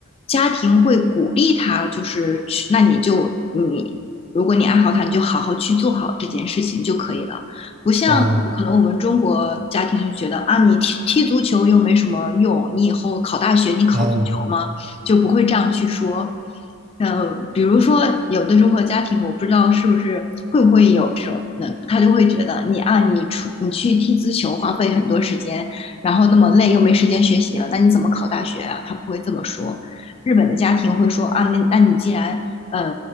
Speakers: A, on the left (about 30°); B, on the right (about 40°).
A: 家庭会鼓励他，就是去，那你就你如果你爱好他，你就好好去做好这件事情就可以了。不像可能我们中国家庭就觉得啊，
B: 哦
A: 你踢踢足球又没什么用，你以后考大学你考足球吗？
B: 哦，嗯
A: 就不会这样去说。呃，比如说有的中国家庭，我不知道是不是会不会有这种，那他就会觉得你啊，你出你去踢足球花费很多时间，然后那么累又没时间学习了，那你怎么考大学啊？他不会这么说。日本的家庭会说啊，那那你既然呃